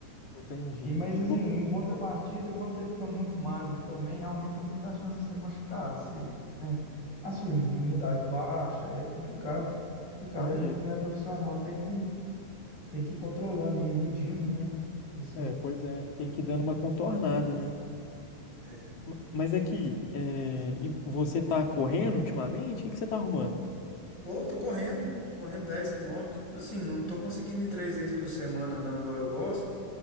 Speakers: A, on the left; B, on the left.
A: Entendi.
B: E
A: E,
B: mas assim,
A: e você?
B: em contrapartida, quando você fica muito magro também, aumenta muito a chance de ser machucado. Você, né? A sua imunidade baixa, é complicado. Complicado,
A: Ah,
B: a
A: é.
B: gente não é profissional, tem que tem que ir controlando e medindo, né? Isso
A: É,
B: aí.
A: pois é. Tem que ir dando uma contornada, né?
B: É.
A: Ma- Mas aqui, é, e você tá correndo ultimamente? O que que você tá arrumando?
B: Tô, tô correndo, correndo 10 quilômetros. Assim, não tô conseguindo ir três vezes por semana, não, igual eu gosto,